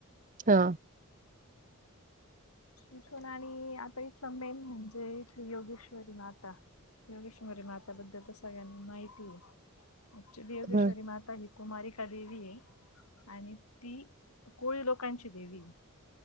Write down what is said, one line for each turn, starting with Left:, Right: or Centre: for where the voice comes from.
Right: अ हा.
Left: इथून आणि आता इथलं मेन म्हणजे इथली योगेश्वरी माता योगेश्वरी मात्या बद्दल तर, सगळ्यांना माहिती ऍक्च्युली योगेश्वरी
Right: हा
Left: माता ही. कुमारिका देवी हे आणि ती कोळी लोकांची देवी हे.